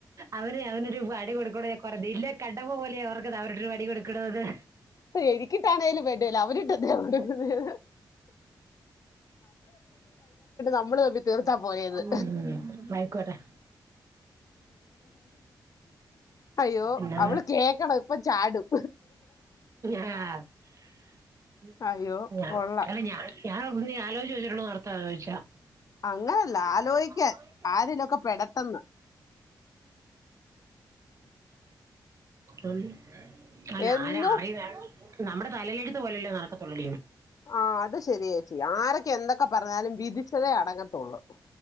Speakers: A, on the right; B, on the left.
A: അവന് അവനൊരു പണി കൊടുക് നിന്നെ കണ്ടപ്പോൾ മുതലേ ഓർക്കണ് അവർക്കിട്ടൊരു പണി കൊടുക്കണന്ന്
B: എനിക്കിട്ടാണേലും വേണ്ടീല്ല അവനിട്ട് എന്തിനാ കൊടുക്കുന്നെ നമ്മള് തമ്മിൽ തീർത്താ പോരേന്ന്
A: ഉം ആയിക്കോട്ടെ <inaudible>
B: അയ്യോ
A: എന്നാ
B: അവള് കേക്കണം ഇപ്പൊ ചാടും
A: ആഹ് <unintelligible>
B: അയ്യോ കൊള്ളാം അങ്ങനല്ല
A: ആഹ്
B: ആലോചിക്കാൻ
A: ആഹ്
B: ആരിലൊക്കെ പെടട്ടെന്ന്
A: ഉം അല്ല
B: എന്നും
A: ആരാ അറിയുന്നേ നമ്മുടെ തലയിലെഴുട്ട് പോലല്ലേ നടക്കത്തുള്ളൂ
B: ആ അത് ശരിയേച്ചി ആരൊക്കെ എന്തൊക്കെ പറഞ്ഞാലും വിധിച്ചതേ അടങ്ങത്തുള്ളൂ